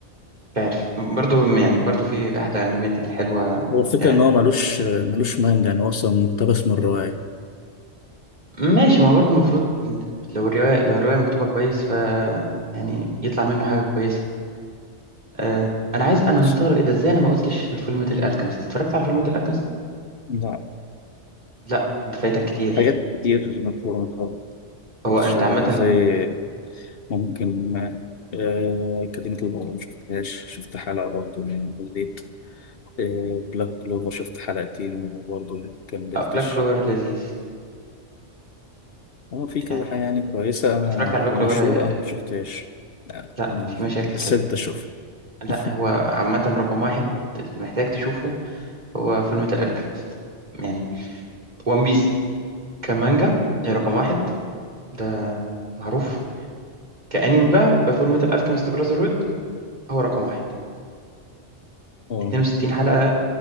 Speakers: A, on the right (about 35°); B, on the left (about 55°).
A: مش عارف برضه يعني برضه في احد الانميات الحلوه
B: هو الفكرة
A: آه،
B: إن هو ملوش ملوش مانجا يعني هو أصلا مقتبس من الرواية
A: ماشي ما هو برضه المفروض لو الروايه لو الروايه مكتوبه كويس ف يعني يطلع منه حاجة كويسة آه انا عايز انا
B: بس-
A: مستغرب ايه ده ازاي انا ما قلتش فول ميتال الكيمست اتفرجت على فول ميتال الكيمست
B: لا
A: لا انت فايتك كتير
B: حاجات كتير مفهومة خالص
A: هو
B: مقتبسش
A: انت
B: عليها
A: عامه
B: زي ممكن آه، كلمة البطل ما شفتهاش شفت حلقة برضه مليت آه، بلاك كلوفر شفت حلقتين وبرضه مكملتش
A: بلاك كلوفر لذيذ
B: هو في كذا
A: يعني
B: حاجة يعني كويسة
A: أنت لو
B: أنا
A: اتفرجت على بلاك
B: أو
A: كلوفر
B: مشهورة أنا مشفتهاش لا
A: لا
B: أم-
A: في مشاكل
B: كسلت
A: كده
B: أشوف
A: لا
B: <laughs>
A: هو عامه رقم واحد اللي محتاج تشوفه هو فول ميتال الكيمست يعني وان بيس كمانجا هي رقم واحد ده معروف كأنمي بقى ففول ميتال الكيمست براذر هود هو رقم واحد
B: اه
A: 62 حلقة